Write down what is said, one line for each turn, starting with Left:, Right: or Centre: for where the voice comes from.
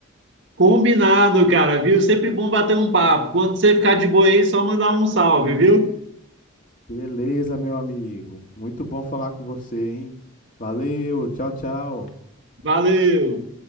Right: Combinado, cara, viu? Sempre bom bater um papo. Quando você ficar de boa aí, só mandar um salve, viu?
Left: Beleza, meu amigo. Muito bom falar com você, hein? Valeu, tchau, tchau.
Right: Valeu!